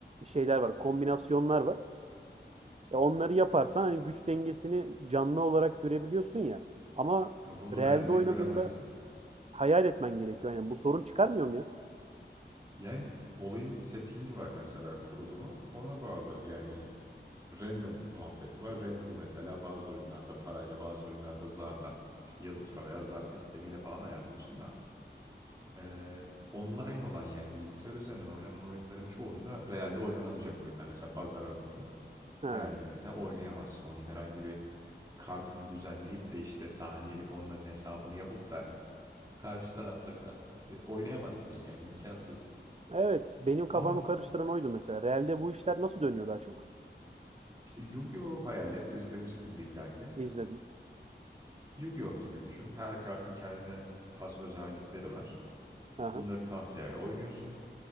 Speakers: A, on the right; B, on the right.
A: şeyler var, kombinasyonlar var. Ya onları yaparsan hani güç dengesini canlı olarak görebiliyorsun ya. Ama
B: Ya bunu
A: realde
B: realde
A: oynadığında
B: göremezsin.
A: hayal etmen gerekiyor. Yani bu sorun çıkarmıyor mu ya?
B: Yani olayın settingi var mesela kurulumu ona bağlı. Yani random muhabbeti var. Random'ı mesela bazı oyunlarda parayla bazı oyunlarda zarla işte yazı tura veya zar sistemiyle falan ayarlıyorsun da eee, online olan yani bilgisayar üzerinden oynanan oyunların çoğunda realde oynanamayacak oyunlar. Mesela bazar örneği
A: Ha.
B: realde mesela oynayamazsın. Onun herhangi bir kartını düzenleyip de işte saniyelik onların hesabını yapıp da karşı tarafla ka- e, oynayamazsın yani imkansız.
A: Evet, benim kafamı
B: Ama
A: karıştıran oydu mesela. Realde bu işler nasıl dönüyor daha çok?
B: işte Yu-Gi-Oh hayal et izlemişsindir illaki.
A: İzledim.
B: Yu-Gi-Oh gibi düşün. Her kartın kendine has özellikleri var.
A: Aha.
B: Bunları tahtaya oynuyorsun.